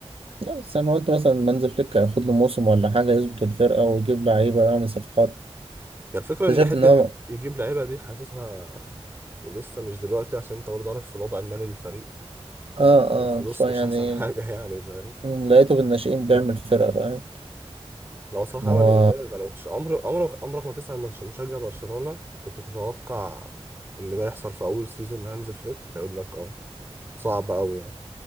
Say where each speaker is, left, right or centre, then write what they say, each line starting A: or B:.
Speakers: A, on the right (about 60°); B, on the right (about 20°).
A: لا بس انا قلت مثلا هانز فليك هياخد له موسم ولا حاجه يظبط الفرقه ويجيب لعيبه يعمل صفقات
B: هي الفكرة
A: اكتشفت
B: ان حتة
A: ان هو
B: يجيب لعيبة دي حاسسها لسه مش دلوقتي عشان انت برضه عارف الوضع المالي للفريق
A: اه
B: الفلوس
A: اه فيعني
B: مش احسن حاجة <laughs> يعني فاهم
A: مم، لقيته بالناشئين بيعمل فرقه فاهم
B: لو صراحة
A: ان
B: عمل
A: هو
B: إنجاز أنا مكنتش عمر عمرك عمرك ما تسأل مش- مشجع برشلونة كنت تتوقع إن ده يحصل في أول سيزون لهانز فليك هيقول لك أه صعب أوي يعني